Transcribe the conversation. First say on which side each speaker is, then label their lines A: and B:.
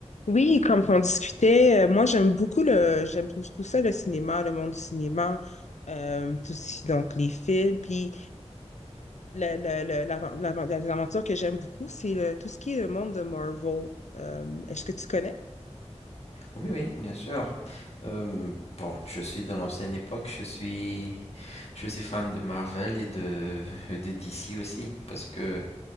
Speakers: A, on the left; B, on the left.
A: Oui, comme on discutait, euh, moi j'aime beaucoup le, j'aime beaucoup ça, le cinéma, le monde du cinéma, euh, tout ce qui- donc les films, puis le- le- le- l'avan- l'avan- les aventures que j'aime beaucoup, c'est le- tout ce qui est le monde de Marvel. Euh, est-ce que tu connais?
B: Oui, oui, bien sûr. Euh, bon, je suis de l'ancienne époque, je suis, je suis fan de Marvel et de, et de DC aussi, parce que